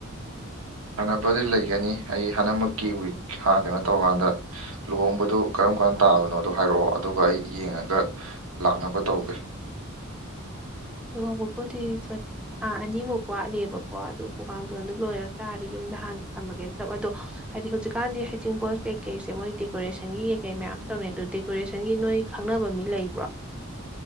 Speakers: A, on the right; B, in the centre.
A: ꯃꯥꯟꯅꯕꯗꯤ ꯂꯩꯒꯅꯤ ꯑꯩ ꯍꯥꯟꯅꯃꯛꯀꯤ ꯋꯤꯛ ꯊꯥ ꯀꯤꯅꯣ ꯇꯧꯀꯥꯟꯗ ꯂꯨꯍꯣꯡꯕꯗꯨ ꯀꯔꯝ ꯀꯥꯟ ꯇꯥꯕꯅꯣꯗꯣ ꯍꯥꯏꯔꯣ ꯑꯗꯨꯒ ꯑꯩ ꯌꯦꯡꯉꯒ ꯂꯥꯛꯅꯕ ꯇꯧꯒꯦ
B: ꯂꯨꯍꯣꯡꯕꯕꯨꯗꯤ ꯇ꯭ꯋꯦꯟ ꯊꯥ ꯑꯅꯤꯃꯨꯛ ꯋꯥꯠꯂꯤꯕꯀꯣ ꯑꯗꯨ ꯎꯄꯨ ꯀꯥꯡꯗꯣꯟꯗꯨ ꯂꯣꯏꯔ ꯇꯥꯔꯗꯤ ꯌꯨꯝꯗ ꯍꯥꯟꯅ ꯊꯝꯃꯒꯦꯅ ꯇꯧꯕ ꯑꯗꯣ ꯍꯥꯏꯗꯤ ꯍꯧꯖꯤꯛꯀꯥꯟꯗꯤ ꯍꯩꯖꯤꯡꯄꯣꯠ ꯀꯩꯀꯩꯁꯦ ꯃꯣꯏ ꯗꯦꯀꯣꯔꯦꯁꯟꯒꯤ ꯀꯩ ꯀꯩ ꯃꯌꯥꯝ ꯇꯧꯅꯩ ꯑꯗꯣ ꯗꯦꯀꯣꯔꯦꯁꯟꯒꯤ ꯅꯣꯏ ꯈꯪꯅꯕ ꯃꯤ ꯂꯩꯕ꯭ꯔꯣ